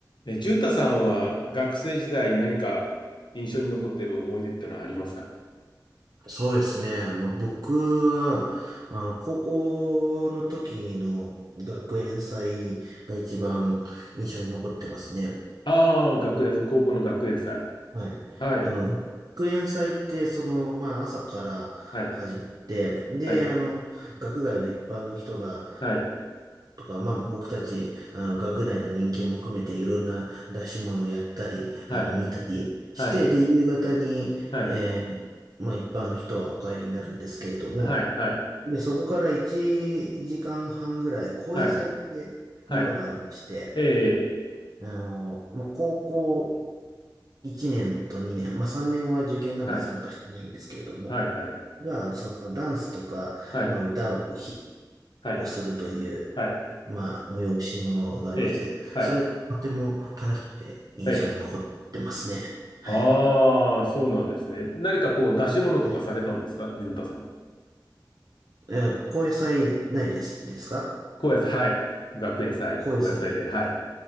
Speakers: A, on the left (about 75°); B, on the right (about 55°).
A: え、淳太さんは学生時代何か印象に残っている思い出ってのはありますか
B: そうですね。まあ、僕は、あの、高校の時の学園祭が一番印象に残ってますね。
A: ああー、学園、高校の学園祭。
B: はい。
A: はい、
B: あの、学園祭って、その、まあ、朝から始まって、
A: はい、
B: で、
A: はい、
B: あの、学外の一般の人が、
A: はい、
B: とか、まあ、僕たち、あの、学内の人間も含めていろんな出し物をやったり、
A: はい、
B: あの、見たりして、
A: はい、
B: で、夕方に、
A: はい、
B: えーまあ、一般の人はお帰りになるんですけれども、
A: はい、はい、
B: で、そこから1時間半ぐらい、高野祭ってものがありまして、
A: はい、はい、ええ、
B: あの、まあ、高校1年と2年、まあ、3年は受験なので参加してないんですけれども、
A: はい、はい、はい、
B: が、そのダンスとか、
A: はい、
B: まあ、歌を披
A: はい、
B: 露するという、
A: はい、
B: まあ、催し物がありまして、
A: ええ、はい、
B: それがとても楽しくて印象に残ってますね。
A: ええ。
B: はい。
A: ああ、そうなんですね。何かこう出し物とかされたんですか淳太さんは。
B: はい、えー高野祭ないです、ですか
A: 高野菜、はい。学園祭、
B: 高野祭。
A: 高野祭で、はい、